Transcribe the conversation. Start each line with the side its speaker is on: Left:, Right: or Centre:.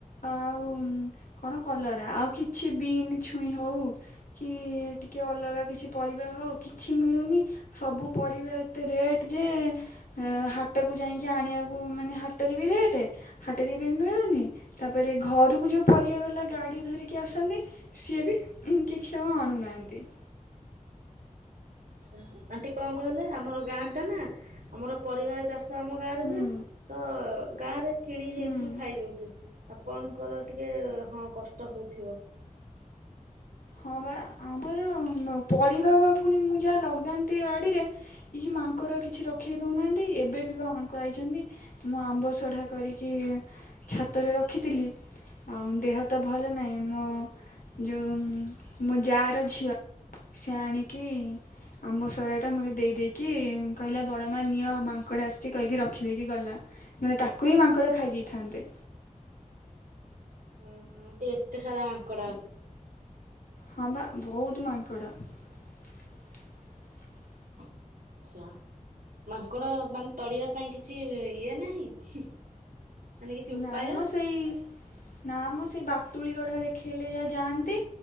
Left: ଅ ଆଉ କଣ କଲରା ଆଉ କିଛି ବି ଛୁଇଁ ହଉ। କି ଟିକେ ଅଲଗା କିଛି ପରିବା ହଉ କିଛି ମିଳୁନି। ସବୁ ପରିବା ଏତେ ରେଟ ଯେ ଏ ହାଟକୁ ଯାଇକି ଆଣିବାକୁ ମାନେ ହାଟରେ ବି ରେଟ ହାଟେରେ ବି ମିଳୁନି ତାପରେ ଘରୁକୁ ଯଉ ପରିବା ବାଲା ଗାଡି ଧରିକି ଆସନ୍ତି ସିଏ ବି ହୁଁ- କିଛି ଆଉ ଆଣୁନାହାଁନ୍ତି।
Right: ଆଛା ଆଣ୍ଟି କଣ କହିଲେ ଆମର ଗାଁ ଟା ନା ଆମର ପରିବା ଚାଷ ତ ଆମ ଗାଁରେ
Left: ହୁଁ
Right: ହୁଏ ତ ଗାଁରେ କିଣି
Left: ହୁଁ।
Right: ହେଇକି ଖାଇଦଉଚୁ ଆପଣଙ୍କର ଟିକେ ହଁ କଷ୍ଟ ହଉଥିବ।
Left: ହଁ ବା ଆମର ପରିବା ବା ଫୁଣି ମୁଁ ଯାହା ଲଗାନ୍ତି ବାଡିରେ ଇଏ ମାଙ୍କଡ କିଛି ରଖେଇ ଦଉନାହାନ୍ତି ଏବେ ବି ବା ମାଙ୍କଡ ଆଇଚନ୍ତି। ମୁଁ ଆମ୍ବ ସଢା କରିକି ଛାତରେ ରଖିଥିଲି ଆଉ ଦେହ ତ ଭଲ ନାହିଁ ମ
Right: ହୁଁ
Left: ଯଉ ଉଁ- ମୋ ଯା ର ଝିଅ ସେ ଆଣିକି ଆମ୍ବ ସରା ଟା ମୋତେ ଦେଇ ଦେଇକି କହିଲା ବଡ ମା ନିଅ ମାଙ୍କ ଙ୍କଡ ଆସିଚି କହିକି ରଖିଦେଇକି ଗଲା ନହେଲେ ତାକୁ ହିଁ ମାଙ୍କଡ ଖାଇଯାଇଥାନ୍ତେ।
Right: ଓହୋ ଆଣ୍ଟି ଏତେ ସାରା ମାଙ୍କଡ ଆ
Left: ହଁ ବା ବହୁତ୍ ମାଙ୍କଡ। <inaudible>
Right: ଆଚ୍ଛା। ମାଙ୍କଡ ମାନେ ତଡିବା ପାଇଁ କିଛି ଇଏ ନାହିଁ। ମାନେ କିଛି ଉପାୟ?
Left: ନାଇଁ ମ ସେଇ ନା ମ ସେଇ ବାଟୁଳି ଗୁଢା ଦେଖେଇଲେ ଯାହା ଯାଆନ୍ତି।